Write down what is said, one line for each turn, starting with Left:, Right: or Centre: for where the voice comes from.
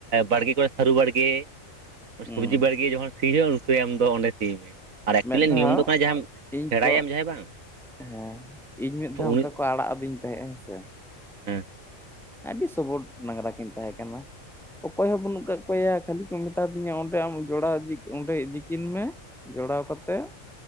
Right: ᱵᱟᱲᱜᱮ ᱠᱚᱨᱮ ᱥᱟᱹᱨᱩ ᱵᱟᱲᱜᱮ,
Centre: ᱦᱩᱸ
Right: ᱥᱚᱵᱽᱡᱤ ᱵᱟᱲᱜᱮ ᱡᱚᱠᱷᱚᱱ ᱥᱤ ᱦᱩᱭᱩᱜᱼᱟ ᱩᱴᱮ ᱟᱢ ᱫᱚ ᱚᱸᱰᱮ ᱥᱤ ᱢᱮ᱾ ᱟᱨ ᱮᱠᱪᱩᱭᱩᱞᱟᱜ
Centre: ᱢᱤᱫ ᱫᱷᱟᱣ
Right: ᱱᱤᱭᱚᱢ ᱫᱚ ᱠᱟᱱᱟ ᱡᱟᱦᱟᱸᱢ
Centre: ᱤᱧ
Right: ᱥᱮᱲᱟᱭᱟᱢ
Centre: ᱠᱚ
Right: ᱡᱟᱦᱟᱸᱭ ᱵᱟᱝ
Centre: ᱦᱮᱸ ᱤᱧ ᱢᱤᱫ ᱫᱷᱟᱣ
Right: ᱩᱱᱤ
Centre: ᱚᱱᱠᱟ ᱠᱚ ᱟᱲᱟᱜ ᱟᱹᱫᱤᱧ ᱛᱟᱦᱮᱸᱜ ᱦᱮᱸᱥᱮ,
Right: ᱦᱮᱸ
Centre: ᱟᱹᱰᱤ ᱥᱚᱵᱚᱴ ᱰᱟᱝᱽᱨᱟ ᱠᱤᱱ ᱛᱟᱦᱮᱸᱠᱟᱱᱟ, ᱚᱠᱚᱭ ᱦᱚᱸ ᱵᱟᱹᱱᱩᱜ ᱠᱟᱜ ᱚᱠᱚᱭᱟ ᱠᱷᱟᱹᱞᱤ ᱠᱚ ᱢᱮᱛᱟ ᱫᱤᱧᱟ ᱚᱸᱰᱮ ᱟᱢ ᱡᱚᱲᱟᱣ ᱚᱸᱰᱮ ᱤᱫᱤᱠᱤᱱ ᱢᱮ ᱡᱚᱲᱟᱣ ᱠᱟᱛᱮᱫ᱾